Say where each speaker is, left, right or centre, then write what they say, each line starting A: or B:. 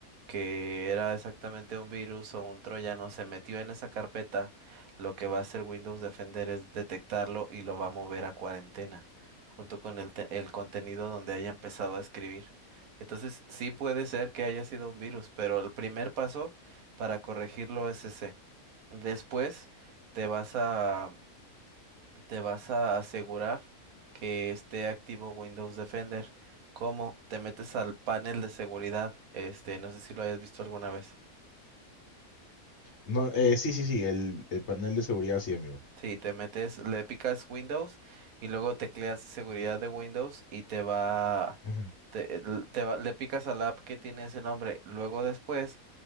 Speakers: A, on the right (about 75°); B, on the left (about 55°).
A: que era exactamente un virus o un troyano se metió en esa carpeta, lo que va a hacer Windows Defender es detectarlo y lo va a mover a cuarentena, junto con el, te- el contenido donde haya empezado a escribir. Entonces, sí puede ser que haya sido un virus, pero el primer paso para corregirlo C. Después te vas a te vas a asegurar que esté activo Windows Defender. ¿Cómo? Te metes al panel de seguridad, este, no sé si lo hayas visto alguna vez.
B: No, eh, sí, sí, sí, el, el panel de seguridad, sí, amigo.
A: Sí, te metes, le picas Windows y luego tecleas seguridad de Windows y te va
B: Ujú,
A: te, l- te va, le picas a la app que tiene ese nombre. Luego después